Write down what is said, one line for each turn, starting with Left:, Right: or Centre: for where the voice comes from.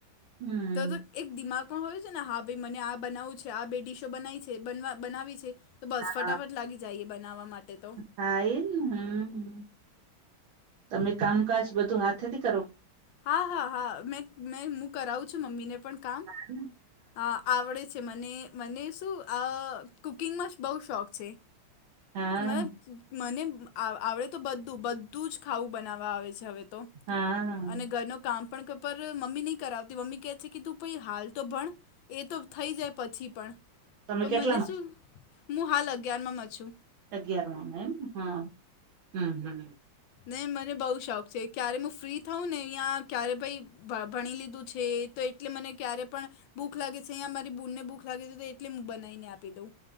Right: આવે
Left: ત
Right: હમ
Left: તો એક દિમાગમાં હોયું છે ને હા ભાઈ મને આ બનાવું છે આ બે ડડીશો બનાવી છે બનાવી છે. તો બસ
Right: હા
Left: ફટાફટ લાગી જઈએ બનાવવા માટે તો
Right: હા એ ને હમ તમે કામકાજ બધું હાથેથી કરો.
Left: હા હા હા મે હું કરાવું છું મમ્મી ને પણ કામ
Right: હમ
Left: અ આવડે છે મને મને શું કુકિંગમાં બહુ શોખ છે
Right: હા
Left: મબ મને આવડે તો બધું બધું જ ખાવું બનાવવા આવે છે હવે તો
Right: હા
Left: અને ઘર ન કામ પણર મમ્મી નહી કરાવતી મમ્મી કેહે છે કે તું પ હાલ તો ભણ એ તો થઈ જાય પછી પણ
Right: તમે
Left: પણ
Right: કેટલામાં
Left: મને શું
Right: છો
Left: હું હાલ અગિયારમાં છું
Right: અગિયારમાં મે એમ હા હમ હમ
Left: નહી મને બહુ શોખ છે ક્યારે હું ફ્રી થઉં ને અહીંયા ક્યારે ભાઈ ભણી લીધું છે તો એટલે મને ક્યારે પણ ભૂખ લાગે છે અહીં મારી ભૂનને ભૂખ લાગે છે એટલે હું બનાવીને આપી દઉં